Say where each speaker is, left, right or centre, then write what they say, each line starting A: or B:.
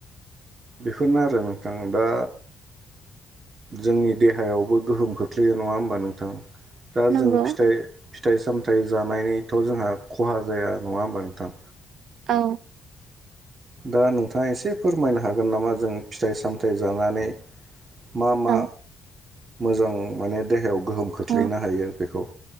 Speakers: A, on the right; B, on the right.
A: बेफोरनो आरो नोंथां दा जोंनि देहायावबो गोहोम खोख्लैयो नङा होमबा नोंथां? दा
B: नंगौ
A: जों फिथाइ फिथाइ सामथाइ जानायनिथ' जोंहा खहा जाया नङा होमबा नोंथां?
B: औ।
A: दा नोंथाङा एसे फोरमायनो हागोन नामा जों फिथाइ सामथाइ जानानै मा मा
B: औ
A: मोजां माने देहायाव गोहोम खोख्लैनो
B: औ
A: हायो बेखौ